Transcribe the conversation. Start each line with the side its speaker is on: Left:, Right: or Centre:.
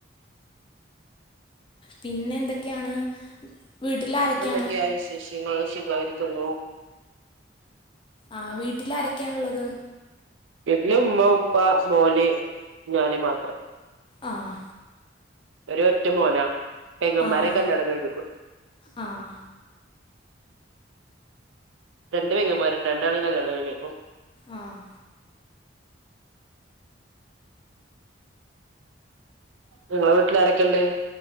Left: പിന്നെ എന്തൊക്കെയാണ് വീട്ടിൽ ആരൊക്കെയാണ്
Right: എന്തൊക്കെയാ വിശേഷങ്ങൾ സുഖമായിരിക്കുന്നു
Left: ആഹ് വീട്ടിൽ ആരൊക്കെയാണുള്ളത്
Right: വീട്ടില് ഉമ്മ ഉപ്പ മോന് ഞാന് മാത്രം
Left: ആഹ്
Right: പേരെ ഒറ്റ മോനാ പെങ്ങന്മാരെ
Left: ആഹ്
Right: കല്യാണം കഴിഞ്ഞിക്കു
Left: ആഹ്
Right: രണ്ടു പെങ്ങന്മാര്ണ്ട് രണ്ടാളീം കല്യാണം കഴിഞ്ഞക്കും
Left: ആഹ്
Right: ഇങ്ങളെ വീട്ടില് ആരൊക്കെണ്ട്